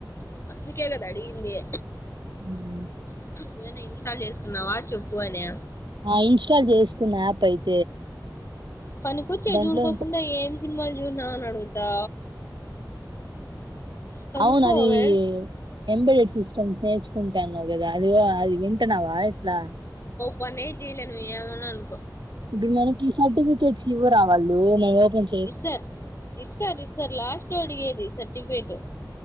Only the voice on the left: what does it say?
ఇకేళ దా అడి ఇందయే
నవనే ఇన్స్టాల్ చేసుకున్నావా చెప్పు అనే
పనికొచ్చే
చూడుకోకుండా ఏం సినిమా జ నా నడుగుతా చదువుకోవే
కొన్ని ఏం చేయడం నువు ఏమనా అనుకో
ఇస్తారు ఇస్తారు ఇస్తారు లాస్ట్ అడిగేది సర్టిఫికేట్